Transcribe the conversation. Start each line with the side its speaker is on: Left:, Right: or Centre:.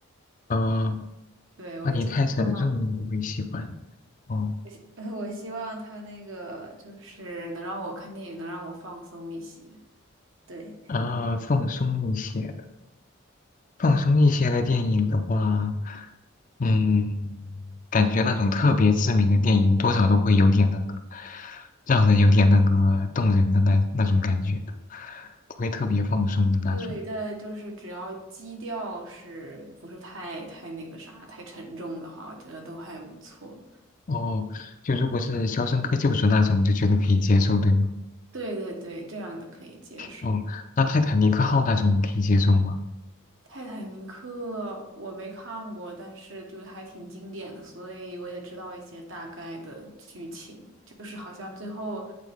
Left: 哦，
Right: 对，我就希望，
Left: 话题太沉重你不会喜欢。哦
Right: <laughs> 我希望他那个就是能让我看电影，能让我放松一些。对，
Left: 啊，放松一些的，放松一些的电影的话，嗯，感觉那种特别知名的电影多少都会有点那个，让人有点那个动人的那那种感觉的不会特别放松的那种。
Right: 对，但就是只要基调是不是太太那个啥，太沉重的话，我觉得都还不错。
Left: 哦，就如果是《肖申克救赎》那种，就觉得可以接受，对吗？
Right: 对对对，这样的可以接受。
Left: 哦，那《泰坦尼克号》那种你可以接受吗？
Right: 《泰坦尼克》我没看过，但是就是还挺经典的，所以我也知道一些大概的剧情。就是好像最后